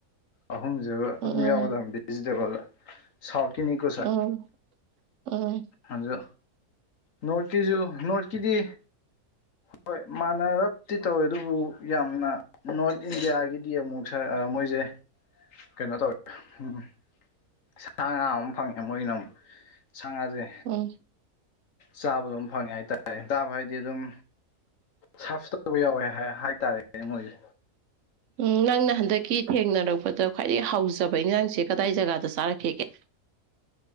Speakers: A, on the left; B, on the right.
A: ꯑꯍꯨꯝꯁꯤꯕ ꯑꯗꯨꯝ
B: ꯎꯝ
A: ꯌꯥꯎꯒꯗꯕꯝ ꯚꯦꯖꯤꯇꯦꯕꯜꯗ ꯁꯥꯎꯠ ꯀꯤꯅꯤ ꯀꯣ ꯁꯦ
B: ꯎꯝ ꯎꯝ
A: ꯑꯖꯨ ꯅꯣꯔꯠꯀꯤꯖꯨ ꯅꯣꯔꯠꯀꯤꯗꯤ ꯍꯣꯏ ꯃꯥꯟꯅꯔꯞꯗꯤ ꯇꯧꯋꯦ ꯑꯗꯨꯕꯨ ꯌꯥꯝꯅ ꯅꯣꯔꯠ ꯏꯟꯗꯤꯌꯥꯒꯤꯗꯤ ꯑꯃꯨꯛ ꯁꯔ ꯑ ꯃꯣꯏꯖꯦ ꯀꯩꯅꯣ ꯇꯧꯋꯦ ꯎꯝ ꯁꯥ ꯉꯥ ꯑꯃ ꯐꯪꯉꯦ ꯃꯣꯏꯒꯤꯅ ꯑꯃꯨꯛ ꯁꯥ ꯉꯥꯖꯦ
B: ꯑꯩ
A: ꯆꯥꯕ ꯑꯗꯨꯝ ꯐꯪꯉꯦ ꯍꯥꯏꯇꯥꯔꯦ ꯆꯕꯥ ꯍꯥꯏꯗꯤ ꯑꯗꯨꯝ ꯁꯥꯔꯐ ꯇꯧꯕ ꯌꯥꯎꯋꯦ ꯍꯥꯏꯇꯥꯔꯦ ꯃꯣꯏꯖꯦ
B: ꯎꯝ ꯅꯪꯅ ꯍꯟꯗꯛꯀꯤ ꯊꯦꯡꯅꯔꯛꯄꯗ ꯈ꯭ꯋꯥꯏꯗꯒꯤ ꯍꯥꯎꯖꯕ ꯏꯪꯖꯥꯡꯁꯦ ꯀꯗꯥꯏ ꯖꯒꯥꯗ ꯆꯥꯔꯛꯈꯤꯒꯦ